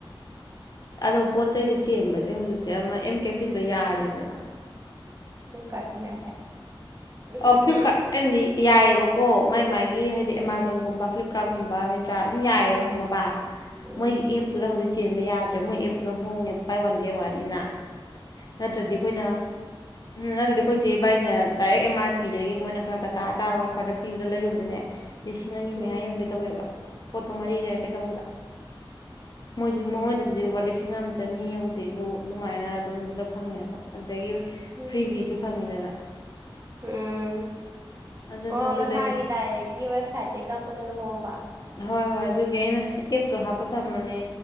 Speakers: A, on the left; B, on the right.
A: ꯑꯗꯣ ꯄꯣꯠ ꯆꯩꯁꯦ ꯆꯦꯟꯕꯁꯦ ꯍꯧꯖꯤꯛꯁꯦ ꯑꯃ ꯑꯦꯝ ꯀꯦꯐꯤꯟꯗꯣ ꯌꯥꯔꯦꯗꯅ
B: ꯐꯂꯤꯞ ꯀꯥꯔꯠ꯭ ꯌꯥꯏ ꯍꯥꯏ ꯎꯝ
A: ꯑꯣ ꯐ꯭ꯂꯤꯞꯀꯥꯔꯠ
B: ꯎꯝ
A: ꯑꯩꯅꯗꯤ ꯌꯥꯏꯑꯕ ꯀꯣ ꯃꯥꯏ ꯃꯥꯥꯏꯒꯤ ꯍꯥꯏꯗꯤ ꯑꯦꯃꯥꯖꯣꯟꯒꯨꯝꯕ ꯐ꯭ꯂꯤꯞꯀꯥꯔꯠꯀꯨꯝꯕ ꯃꯤꯟꯇ꯭ꯔꯥ ꯑꯗꯨꯝ ꯌꯥꯏꯑꯕ ꯍꯪꯉꯕ
B: ꯎꯝ
A: ꯃꯣꯏꯒꯤ ꯑꯦꯞꯇꯨꯗ ꯍꯧꯖꯤꯛ ꯆꯦꯟꯕ ꯌꯥꯗ꯭ꯔꯦ ꯃꯣꯏ ꯑꯦꯞꯇꯨꯅ ꯍꯣꯡꯉꯦ ꯕꯥꯏ ꯋꯥꯟ ꯀꯦ ꯋꯥꯟꯅꯤꯅ ꯅꯠꯇ꯭ꯔꯗꯤ ꯑꯩꯈꯣꯏꯅ ꯅꯠꯇ꯭ꯔꯗꯤ ꯑꯩꯈꯣꯏꯁꯦ ꯕꯥꯏꯅ ꯗꯥꯏꯔꯦꯛ ꯑꯦꯝ ꯑꯥꯔ ꯄꯤꯗꯒꯤ ꯃꯣꯏꯅ ꯈꯔ ꯈꯔ ꯇꯥꯔ ꯇꯥꯔ ꯑꯣꯐꯔꯗ ꯄꯤꯕꯗ ꯂꯩꯔꯕꯅꯦ ꯂꯤꯁꯤꯡ ꯑꯅꯤ ꯃꯌꯥ
B: ꯎꯝ ꯎꯝ
A: ꯌꯧꯒꯦ ꯇꯧꯋꯦꯕ ꯄꯣꯠꯇꯣ ꯃꯔꯤ ꯂꯩꯔꯛꯀꯦ ꯇꯧꯕꯗ ꯃꯣꯏ ꯃꯣꯏꯗꯨꯗꯗꯤ ꯄꯣꯠ ꯂꯤꯁꯤꯡ ꯑꯃ ꯆꯅꯤ ꯌꯧꯗꯦꯗꯣ ꯑꯗꯨꯃꯥꯏꯅ ꯑꯗꯨꯝꯗꯨꯗ ꯐꯪꯉꯦꯕ ꯑꯗꯨꯗꯒꯤ
B: ꯎꯝ
A: ꯐ꯭ꯔꯤꯚꯤꯁꯨ ꯐꯪꯉꯤꯗꯅ
B: ꯎꯝ
A: ꯑꯗꯨꯅ
B: ꯑꯣ
A: ꯑꯗꯨꯗꯩ
B: ꯃꯁꯥꯒꯤ ꯗꯥꯏꯔꯦꯛꯀꯤ ꯋꯦꯕꯁꯥꯏꯠꯇꯩꯒꯤ ꯀꯛꯄꯗꯨꯅ ꯍꯣꯡꯕ
A: ꯍꯣꯏ ꯍꯣꯏ ꯑꯗꯨꯒꯤ ꯑꯩꯅ ꯑꯦꯞꯁꯨ ꯍꯥꯞꯄ ꯊꯝꯕꯅꯦ